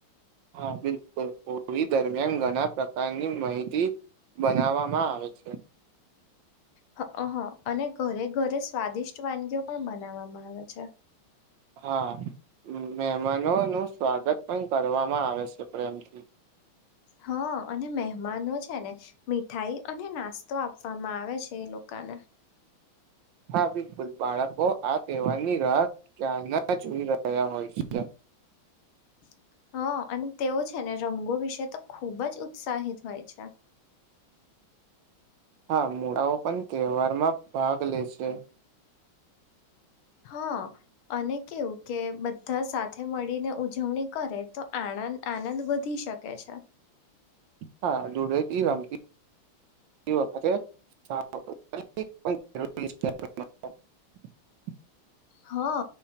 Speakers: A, on the right; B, on the left.
A: હા બિલકુલ કોવી દરમિયાન ઘના પ્રકારની માહિતી બનાવામા આવે છે
B: હ અને ઘરે ઘરે સ્વાદિષ્ટ વાનગીઓ પણ બનાવામા આવે છે
A: હા મહેમાનો નુ સ્વાગત પણ કરવામા આવે છે પ્રેમથી
B: હા અને મહેમાનો જ છે ને મીઠાઈ અને નાસ્તો આપવામા આવે છે એ લોકાને
A: હા બિલકુલ બાળકો આ તહેવારની રાહ ક્યાર ના જોઈ રહ્યા હોય છે
B: <unintelligible> હા અને તેઓ છે ને રંગો વિશે તો ખૂબ જ ઉત્સાહિત હોય છે
A: હા મૂડાઓ પણ તહેવારમા ભાગ લે છે
B: હા અને કેવુ કે બધા સાથે મળીને ઉજવણી કરે તો આ આનંદ વધી શકે છે
A: હા ધૂળેટી રમતી વખતે <unintelligible>
B: હા